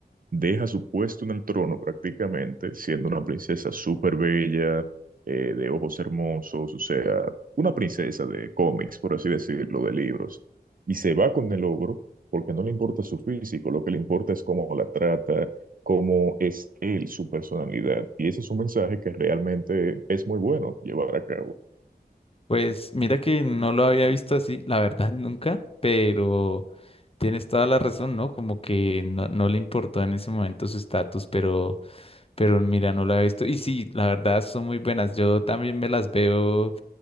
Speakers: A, on the right; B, on the left.
A: deja su puesto en el trono prácticamente, siendo una princesa súper bella, eh, de ojos hermosos, o sea, una princesa de cómics, por así decirlo, de libros, y se va con el ogro porque no le importa su físico, lo que le importa es cómo la trata, cómo es él, su personalidad, y ese es un mensaje que realmente es muy bueno llevar a cabo.
B: Pues mira que no lo había visto así, la verdad nunca, pero tienes toda la razón, ¿no? Como que no, no le importó en ese momento su estatus, pero, pero mira, no lo había visto. Y sí, la verdad son muy buenas. Yo también me las veo